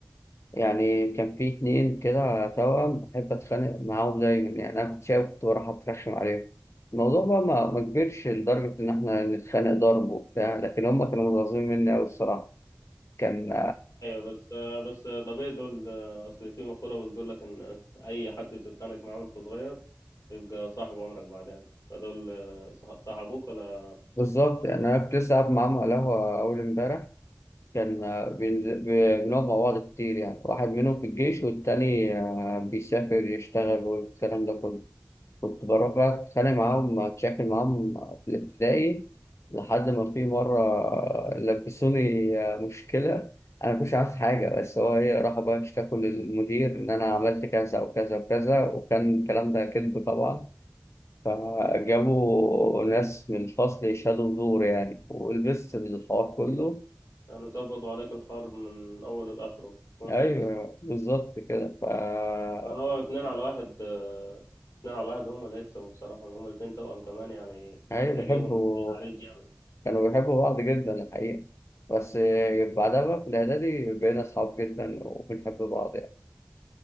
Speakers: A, on the left; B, on the left.
A: يعني كان في اتنين كده توأم بحب أتخانق معاهم دايما يعني أنا كنت شاي كنت بروح أترخم عليهم الموضوع بقى ما ما كبرش لدرجة إن إحنا نتخانق ضرب وبتاع لكن هما كانوا متغاظين مني أوي الصراحة كان
B: أيوة بس بس طبيعي دول أصل في مقولة بتقول لك إن أي حد بتتخانق معاه وأنت صغير يبقى صاحب عمرك بعدين فدول صاحبوك ولا
A: بالظبط يعني أنا كنت لسه قاعد معاهم على القهوة أول إمبارح كان آه، بينزل ب- بنقعد مع بعض كتير يعني واحد منهم في الجيش والتاني آه، بيسافر يشتغل والكلام ده كله. كنت بروح بقى أتخانق معاهم أتشاكل معاهم في الابتدائي لحد ما في مرة لبسوني مشكلة أنا مكنتش عارف حاجة بس هو إيه راحوا بقى اشتكوا للمدير إن أنا عملت كذا وكذا وكذا وكان الكلام ده كذب طبعا فجابوا ناس من الفصل يشهدوا زور يعني ولبست الحوار كله
B: يعني ظبطوا عليك الحرب من أوله لآخره وأنت
A: أيوه
B: لبست
A: بالظبط كده فا
B: فهو اتنين على واحد آه، اتنين على واحد هما اللي هيكسبوا بصراحة هما الاتنين توأم كمان يعني
A: أيوه
B: تلاقيهم
A: بحبه
B: باين عليك جامد
A: كانوا بيحبوا بعض جدا الحقيقة بس بعدها بقى في الإعدادي بقينا أصحاب جدا وبنحب بعض يعني